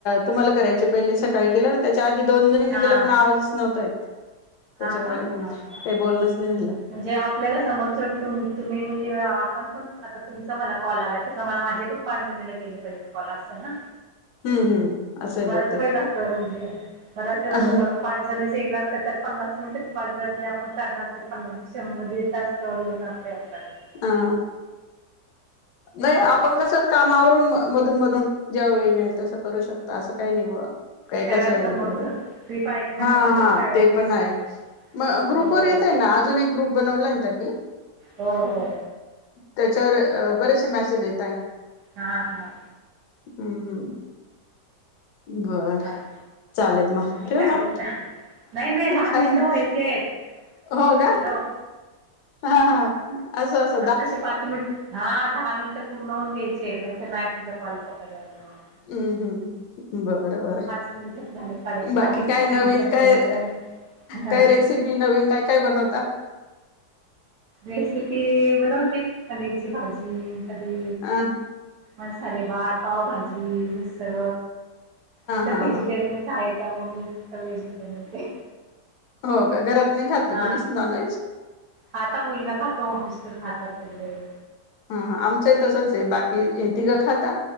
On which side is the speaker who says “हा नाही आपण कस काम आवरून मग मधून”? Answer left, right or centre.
Left